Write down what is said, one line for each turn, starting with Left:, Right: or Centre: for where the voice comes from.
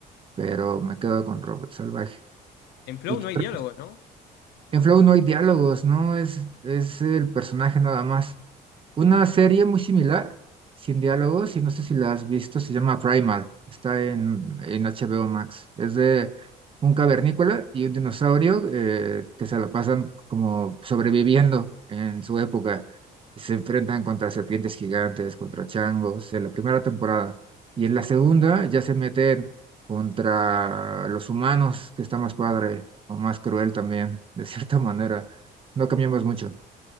Right: pero me quedo con robot salvaje.
Left: En Flow
Right: ¿Y qué
Left: no
Right: otra
Left: hay diálogos, ¿no?
Right: En Flow no hay diálogos, ¿no? Es, es el personaje nada más. Una serie muy similar, sin diálogos, y no sé si la has visto, se llama Primal. Está en, en HBO Max. Es de un cavernícola y un dinosaurio eh, que se la pasan como sobreviviendo en su época. Y se enfrentan contra serpientes gigantes, contra changos, en la primera temporada. Y en la segunda ya se meten contra los humanos, que está más padre o más cruel también, de cierta <laughs> manera. No cambiamos mucho.